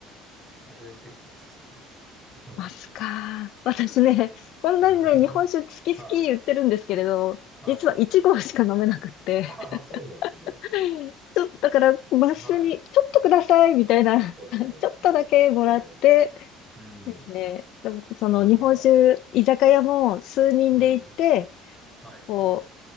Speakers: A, in the centre; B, on the left (about 65°).
A: あれ結構おすすめですよ。<laughs>
B: マスか。私ね、
A: ええ。
B: <laughs> こんなにね、
A: <laughs>
B: 日本酒好き好き言ってるんですけれど、
A: はい。はい。
B: 実は1合しか飲めなくって、
A: ああ、そうなんですね。
B: <laughs> ちょっと、だから、マスに、
A: はい。
B: ちょっとくださいみたいな感じ、
A: ちょっと長いですね。
B: <laughs> ちょっとだけもらって
A: ええ。うん。
B: ですね、でもその日本酒、
A: なるほど。
B: 居酒屋も数人で行って、
A: うん。はい。
B: こ
A: はい。